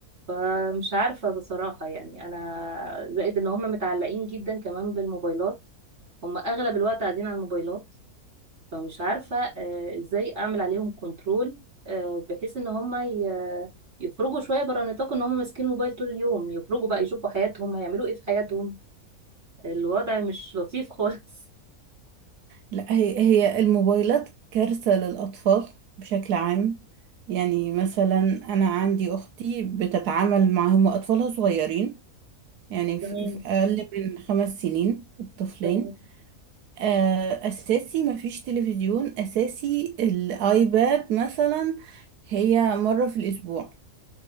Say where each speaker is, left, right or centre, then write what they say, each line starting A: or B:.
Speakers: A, on the right; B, on the right.
A: فمش عارفة بصراحة يعني أنا زائد إن هم متعلقين جدا كمان بالموبايلات هم أغلب الوقت قاعدين على الموبايلات فمش عارفة آه، إزاي أعمل عليهم كنترول بحيث إن هم ي- يخرجوا شوية برا نطاق إن هم ماسكين الموبايل طول اليوم يخرجوا بقى يشوفوا حياتهم هيعملوا إيه في حياتهم الوضع مش لطيف خالص
B: لا هي هي الموبايلات كارثة للأطفال بشكل عام يعني مثلا أنا عندي أختي بتتعامل معهم وأطفالها صغيرين
A: <laughs>
B: يعني
A: تمام
B: في في أقل من خمس سنين الطفلين
A: تمام
B: آه، أساسي مفيش تلفزيون أساسي الآيباد مثلا هي مرة في الأسبوع